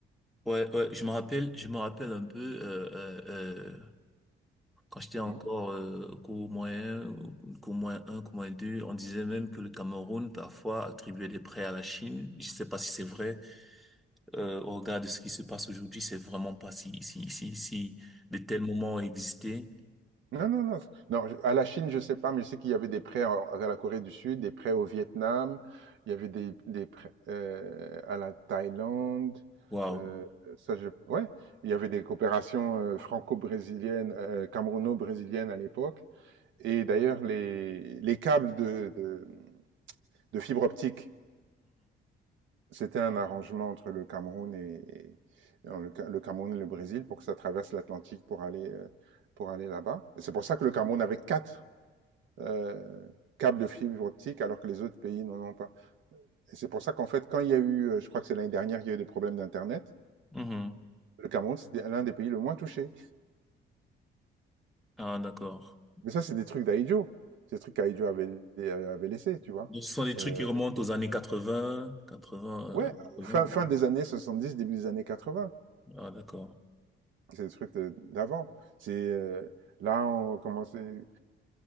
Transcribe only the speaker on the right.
Mmh.
Non, non, non. Non, je- à la Chine, je sais pas, mais je sais qu'il y avait des prêts en- à la Corée du Sud, des prêts au Vietnam, il y avait des, des prêts euh, à la Thaïlande.
euh, ça, je... Ouais, il y avait des coopérations euh, franco-brésiliennes, euh, camerouno-brésiliennes à l'époque. Et d'ailleurs, les, les câbles de, de, de fibre optique, c'était un arrangement entre le Cameroun et, et- non, le, Ca- le Cameroun et le Brésil pour que ça traverse l'Atlantique pour aller, euh, pour aller là-bas. Et c'est pour ça que le Cameroun avait quatre euh, câbles de fibre optique alors que les autres pays n'en ont pas. Et c'est pour ça qu'en fait, quand il y a eu, euh, je crois que c'est l'année dernière, il y a eu des problèmes d'Internet,
le Cameroun, c'était l'un des pays le moins touchés.
Mais ça, c'est des trucs d'Aïdjo. C'est des trucs qu'Aïdjo avait, avait laissés, tu vois.
Euh,
ouais,
fin, fin des années 70 début des années quatre-vingts
C'est des trucs d'avant. C'est euh, là on commençait,